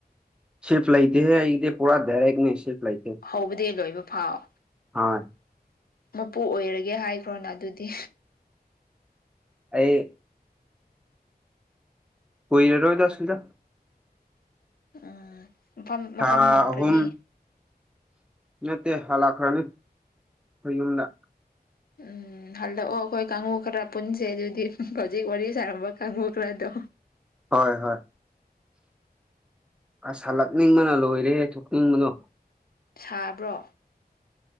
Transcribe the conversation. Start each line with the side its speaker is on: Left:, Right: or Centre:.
Centre: ꯁꯤꯤꯞ ꯂꯥꯏꯦ ꯏꯦ ꯄ ꯄꯨꯔ ꯗꯦꯔꯦꯛꯅꯦ ꯁꯤꯞ ꯂꯩꯥꯏꯇꯦ
Left: ꯍꯧꯕꯗꯤ ꯂꯣꯏꯕ ꯐꯥꯎ
Centre: ꯍꯣꯏ
Left: ꯃꯄꯨ ꯑꯣꯏꯔꯒꯦ ꯍꯥꯏꯈ꯭ꯔꯣꯅ ꯑꯗꯨꯗꯤ
Centre: ꯑꯩ ꯀꯣꯏ ꯔꯦꯠꯣꯗꯁꯕꯤꯗ
Left: ꯎꯝ ꯃꯐꯝ ꯃꯐꯝ
Centre: ꯊꯥ
Left: ꯍꯣꯡꯈ꯭ꯔꯅꯤ
Centre: ꯑꯍꯨꯝ ꯅꯠꯇꯦ ꯍꯥꯂꯥꯛꯈ꯭ꯔꯅꯤ ꯑꯩꯈ ꯌꯨꯝꯗ
Left: ꯎꯝ ꯍꯜꯂꯛꯑꯣ ꯑꯩꯈꯣꯏ ꯀꯥꯡꯨ ꯈꯔ ꯄꯨꯟꯁꯦ ꯑꯗꯨꯗꯤ ꯍꯧꯖꯤꯛ ꯋꯥꯔꯤ ꯁꯥꯔꯝꯕ ꯀꯥꯡꯨ ꯈꯔꯗꯣ
Centre: ꯍꯣꯏ ꯍꯣꯏ ꯑꯁ ꯍꯜꯂꯛꯅꯤꯡꯕꯅ ꯂꯣꯏꯔꯦꯍꯦ ꯊꯣꯛꯅꯤꯡꯕꯅꯣ
Left: ꯁꯥꯕ꯭ꯔꯣ